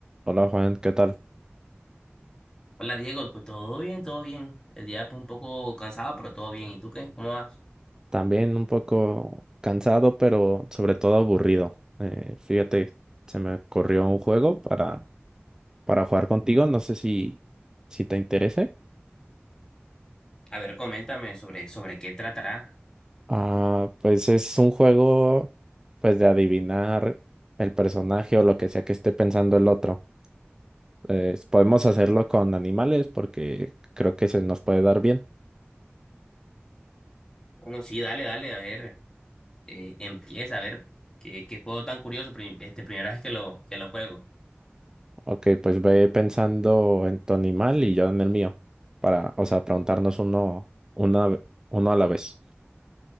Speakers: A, on the right; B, on the left.
A: Hola Juan, ¿qué tal?
B: Hola Diego, pues todo bien, todo bien. El día pues un poco cansado, pero todo bien. ¿Y tú qué? ¿Cómo vas?
A: También un poco cansado, pero sobre todo aburrido. Eh, fíjate, se me ocurrió un juego para, para jugar contigo, no sé si, si te interese.
B: A ver, coméntame sobre, sobre qué tratará.
A: Ah, pues es un juego pues de adivinar el personaje o lo que sea que esté pensando el otro. Eh, podemos hacerlo
B: Bueno,
A: con animales porque creo que se nos puede dar bien.
B: bueno, sí, dale, dale, a ver, eh, empieza a ver qué, qué juego tan curioso, prim- este primera vez que lo, que lo juego.
A: Ok, pues ve pensando en tu animal y yo en el mío, para, o sea, preguntarnos uno, una, ve- uno a la vez.